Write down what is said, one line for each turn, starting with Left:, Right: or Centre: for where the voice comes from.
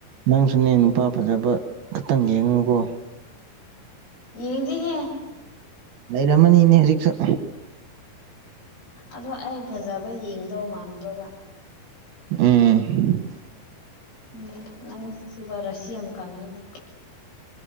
Right: ꯅꯪꯁꯨꯅꯦ ꯅꯨꯄꯥ ꯐꯖꯕ ꯈꯛꯇꯪ ꯌꯦꯡꯅꯨꯀꯣ
Left: ꯌꯦꯡꯗꯤ ꯍ
Right: ꯂꯩꯔꯝꯃꯅꯤꯅꯦ ꯍꯧꯖꯤꯛꯁꯨ
Left: ꯑꯗꯣ ꯑꯩ ꯐꯖꯕ ꯌꯦꯡꯗꯧ ꯃꯥꯟꯗ꯭ꯔꯣꯒ
Right: ꯎꯝ
Left: ꯎꯝ ꯅꯪꯁꯤ ꯁꯕ ꯔꯁꯤ ꯑꯝ ꯀꯉꯗ